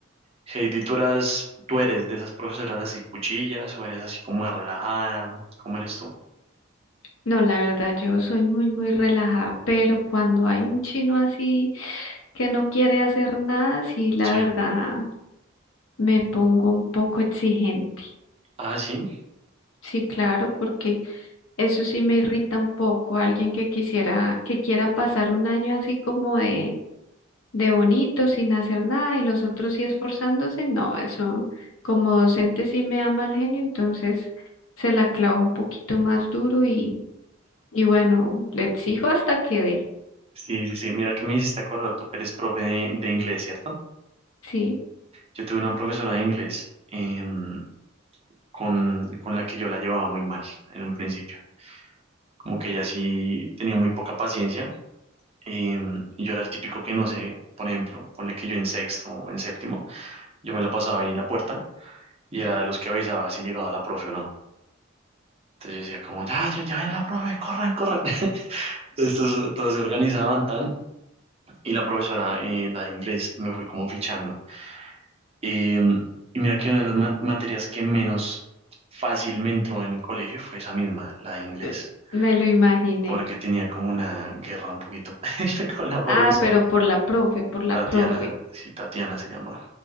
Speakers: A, on the right; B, on the left.
A: Heidi, tú eras, tú eres de esas profesoras así cuchillas o eres así como más relajada, ¿cómo eres tú?
B: No, la verdad, yo soy muy, muy relajada, pero cuando hay un chino así que no quiere hacer nada, sí, la
A: Sí.
B: verdad, me pongo un poco exigente.
A: Ah, sí.
B: Sí, claro, porque eso sí me irrita un poco. Alguien que quisiera, que quiera pasar un año así como de, de bonito, sin hacer nada, y los otros sí esforzándose, no, eso como docente sí me da mal genio, entonces se la clavo un poquito más duro y, y bueno, le exijo hasta que dé,
A: Sí, sí, sí. Mira que me hiciste acordar, tú que eres profe de, de inglés, ¿cierto?
B: sí.
A: Yo tuve una profesora de inglés em, con, con la que yo la llevaba muy mal en un principio. Como que ella sí tenía muy poca paciencia. em, y yo era el típico que no sé, por ejemplo, ponle que yo en sexto o en séptimo, yo me la pasaba ahí en la puerta y era de los que avisaba si llegaba la profe o no. Entonces yo decía como, ya, ya, ya ven la profe, corran, corran. <laughs> Estos todos se organizaban tan y la profesora, eh, la de inglés, me fue como fichando. Eh, y mira que una de las ma- materias que menos fácil me entró en el colegio fue esa misma, la de inglés,
B: Eh, Me lo imaginé.
A: porque tenía como una guerra un poquito <laughs> con la profesora,
B: Ah, pero por la profe, por la
A: Tatiana,
B: profe.
A: sí, Tatiana se llama.